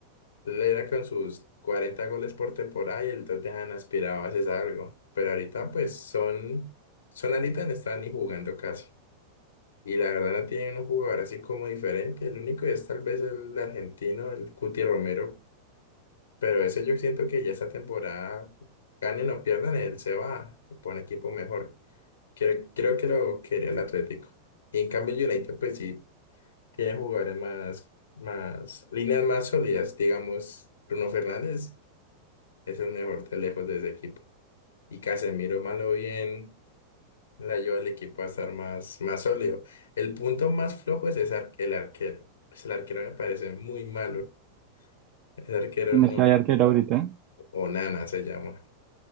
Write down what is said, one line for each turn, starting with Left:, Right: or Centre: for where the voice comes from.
Left: Él era con sus 40 goles por temporada y el Tottenham aspiraba a hacer algo. Pero ahorita pues son, son ahorita no están ni jugando casi. Y la verdad no tienen un jugador así como diferente. El único es tal vez el argentino, el Cuti Romero, pero eso yo siento que ya esta temporada, ganen o pierdan, él se va, se pone equipo mejor. Creo, creo que lo quería el Atlético. Y en cambio el United pues sí tiene jugadores más, más, líneas más sólidas. Digamos, Bruno Fernández es el mejor de lejos de ese equipo. Y Casemiro, malo bien, le ayuda al equipo a estar más, más sólido. El punto más flojo es ese ar- el arquero. Pues, el arquero me parece muy malo. El arquero
Right: ¿El mercado
Left: no,
Right: de arquero ahorita?
Left: Onana se llama.